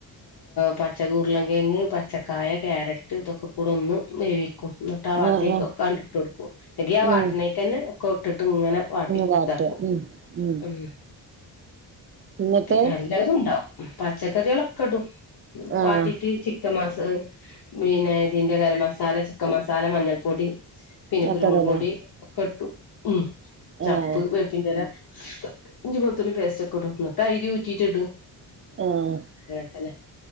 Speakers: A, on the left; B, on the right.
A: പച്ച ഉരുളകിഴങ്ങ് പച്ചക്കായ ക്യാരറ്റ് ഇതൊക്കെ കൂടെ ഒന്ന് വേവി കൊണ്ടു വന്നിട്ടവാട്ടിലേക്കൊക്കെ
B: ആഹ് ആഹ്
A: ഇട്ട് കൊടുക്കും അല്ലങ്കി ആ
B: ഉം
A: വാട്ടിനേക്ക തന്നെ ഒക്കെ ഇട്ടിട്ട് ഇങ്ങനെ വാട്ടി
B: ഒന്ന് വാട്ടുക
A: ഇതാകും
B: ഉം ഉം
A: <unintelligible>
B: എന്നിട്ട്
A: പി എല്ലതും ഉണ്ടാവും പച്ചക്കറികളൊക്കെ ഇടും
B: ആഹ്
A: വാട്ടീട്ട് ചിക്കൻ മാസ പിന്നെ ഇതിന്റെ ഗരം മസാല ചിക്കൻ മസാല മഞ്ഞൾപ്പൊടി പിന്നെ
B: ഒക്കെടൂലേ
A: കുരുമുളക് പൊടി ഒക്കെ ഇട്ടു ഉ ചപ്പ്
B: ആഹ്
A: വേപ്പിന്റെ ഇല ഇഞ്ചി വെളുത്തുള്ളി പേസ്റ്റ് ഒക്കെ ഇട്ടു ന്ന തൈര് ഊറ്റിട്ട് ഇടും
B: ആഹ്
A: അയാൾത്തന്നെ.